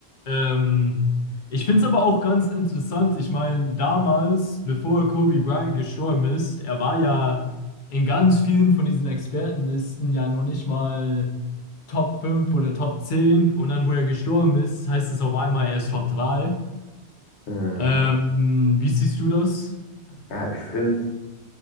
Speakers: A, on the left; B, on the left.
A: Ähm, ich finde es aber auch ganz interessant. Ich meine, damals, bevor Kobe Bryant gestorben ist, er war ja in ganz vielen von diesen Expertenlisten ja noch nicht mal Top 5 oder Top 10. Und dann, wo er gestorben ist, heißt es auf einmal, er ist Top 3.
B: Mhm.
A: Ähm, wie siehst du das?
B: Ja, ich finde